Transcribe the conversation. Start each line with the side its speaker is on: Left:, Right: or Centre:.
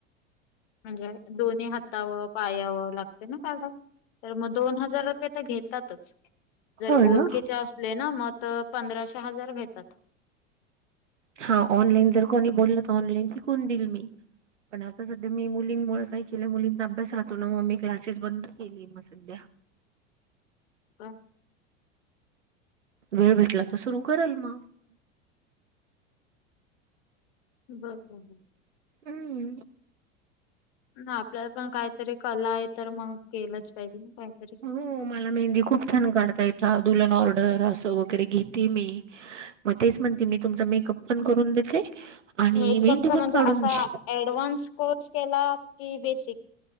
Left: म्हणजे दोन्ही हातावर पायावर लागते ना काढाव तर मग दोन हजार घेतातच जर
Right: होय
Left: ओळखीचे
Right: ना.
Left: असले ना मग पंधराशे हजार घेतात
Right: हा ऑनलाईन जर कोणी बोललं तर ऑनलाईन शिकवून दिल मी पण आता सध्या मी मुलींमुळ काय केलं मुलींचा अभ्यास राहतो ना म मी क्लासेस बंद केले म संध्या
Left: आ
Right: वेळ भेटला तर सुरू करल म
Left: बर <unintelligible>
Right: हम्.
Left: ना आपल्याला पण कायतरी कला आहे तर मग केलंच पायजे ना कायतरी
Right: हो मला मेहंदी खूप छान काढता येता, दुलन ऑर्डर असं वगैरे घेते मी. म तेच म्हणते मी तुमचा मेकअप पण करून देते आणि
Left: मेकअपचा
Right: मेहंदी पण
Left: म्हणजे
Right: काढून
Left: असा
Right: देते
Left: ऍडव्हान्स कोर्स केला की बेसिक